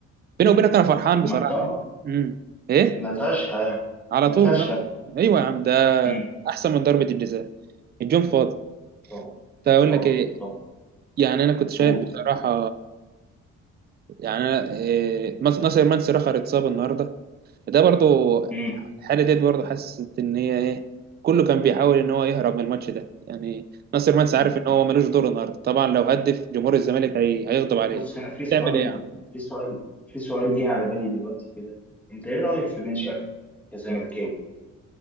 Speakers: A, on the right; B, in the centre.
A: بيني وبينك انا فرحان
B: ما-
A: بصراحه
B: طبعا
A: امم ايه
B: ناتاشا يعني.
A: على
B: ناتاشا
A: طول أنا. ايوه يا عم ده
B: امم
A: احسن من ضربه الجزاء الجون فاضي
B: طبعا
A: كنت اقول
B: طبعا
A: لك ايه
B: طبعا
A: يعني انا كنت شايف
B: قول
A: بصراحه يعني أنا إيه، مس- ناصر منسي رخر اتصاب النهارده ده برضو
B: امم
A: الحاله ديت برضو حاسس ان هي ايه كله كان بيحاول ان هو يهرب من الماتش ده يعني ناصر منسي عارف
B: أمم.
A: ان هو ملوش دور النهارده طبعا لو هدف جمهور الزمالك هي... هيغضب عليه
B: بص انا في سؤال
A: تعمل ايه يعني
B: في سؤال في سؤال جه على بالي دلوقتي كده انت ايه رايك في بن شرقي كزملكاوي